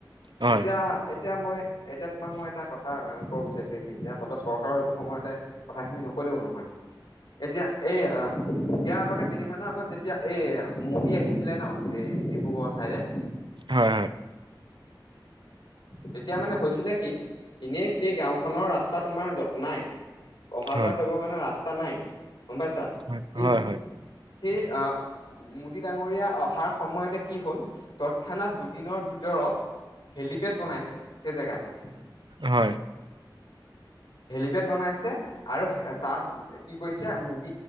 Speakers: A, on the right (about 70°); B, on the left (about 70°).
A: হয়
B: এতিয়া এতিয়া মই এতিয়া তোমাক মই এটা কথা কব বিচাৰিছো। ন্তয়া আচলতে চৰকাৰৰ এইটো সময়তে কথাখিনি নক'লেও নহয় এতিয়া এই, ইয়াৰ আগতে কেইদিনমানৰ আগত যেতিয়া এই মোদী আহিছিলে ন এই ডিব্ৰুগড় চাইডে,
A: হয় হয়।
B: তেতিয়া মানে হৈছিলে কি এনেই সেই গাওখনৰ ৰাস্তা তোমাৰ যতনাই, অহা
A: হয়
B: যোৱা কৰিবৰ কাৰণে ৰাস্তা নাই গম পাইছা
A: হয়
B: কিন্তু
A: হয় হয়
B: সেই আহ, মুোদী ডাঙৰীয়া অহাৰ সময়তে কি হল তৎক্ষণাত দুদিনৰ ভিতৰত, হেলিপেড বনাইছে সেই জেগাটোত,
A: হয়।
B: হেলিপেড বনাইছে আৰু তাত কি কৈছে মুদ